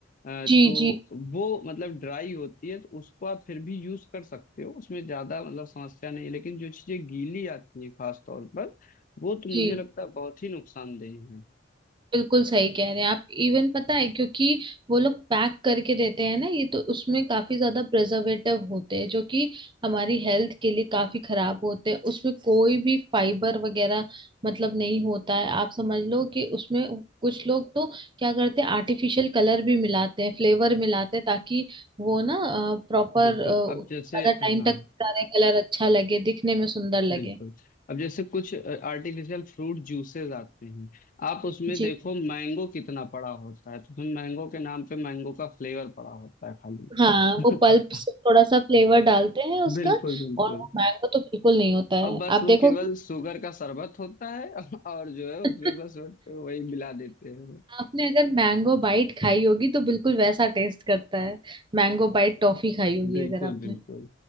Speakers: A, on the left; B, on the right.
A: अ,
B: जी
A: तो
B: जी
A: वो मतलब ड्राई होती है तो उसको आप फिर भी यूज कर सकते हो उसमें ज्यादा मतलब समस्या नहीं है। लेकिन जो चीजें गीली आती हैं खास तौर पर वो तो
B: जी
A: मुझे लगता है बहुत ही नुकसानदेह है
B: बिल्कुल सही कह रहे हैं आप इवन पता है क्योंकि वो लोग पैक करके देते हैं ना ये तो उसमें काफी ज्यादा प्रिजर्वेटिव होते हैं जो कि हमारी हेल्थ के लिए काफी खराब होते हैं उसमें कोई भी फाइबर वगैरह मतलब नहीं होता है आप समझ लो कि उसमें कुछ लोग तो क्या करते हैं आर्टिफिशियल कलर भी मिलाते हैं फ्लेवर मिलाते हैं ताकि वो ना प्रॉपर
A: बिल्कुल अब जैसे
B: ज्यादा टाइम
A: हाँ
B: तक सारे कलर अच्छा लगे दिखने में सुंदर लगे
A: बिल्कुल अब जैसे कुछ आर्टिफिशियल फ्रूट जूसेस आते हैं आप उसमें
B: जी
A: देखो मैंगो कितना पड़ा होता है तो उसमें मैंगो के नाम पे मैंगो का फ्लेवर पड़ा होता है
B: हाँ
A: खाली
B: वो
A: <laughs>
B: पल्प से थोड़ा सा फ्लेवर डालते हैं उसका
A: बिल्कुल बिल्कुल
B: और वो मैंगो तो बिल्कुल नहीं होता है
A: और बस
B: आप
A: वो
B: देखो
A: केवल
B: कि
A: शुगर का शरबत होता है और जो है उसमें
B: <laughs>
A: बस वो- वही मिला देते हैं वो।
B: आपने अगर मैंगो बाइट खाई होगी तो बिल्कुल वैसा टेस्ट करता है मैंगो बाइट टॉफी खाई होगी
A: बिल्कुल
B: अगर आपने
A: बिल्कुल